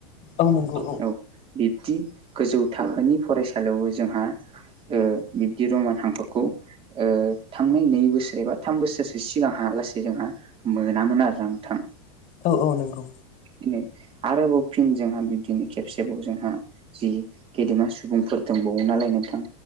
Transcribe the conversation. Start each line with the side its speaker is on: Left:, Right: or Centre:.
Left: औ नंगौ
Right: औ, बिब्दि गोजौ थाखोनि फरायसालियावबो जोंहा। ओ बिब्दि रमान हांखोखौ ओ थांनाय नै बोसोर एबा थाम बोसोरसो सिगांहा लासै जोंहा। मोनामोन आरोना नोंथां।
Left: औ औ नंगौ
Right: बिदिनो आरोबाव फिन जोंहा बिब्दिनो खेबसेबाव जोंहा। जि गेदेमा सुबुंफोर दंबावो नालाय नोंथां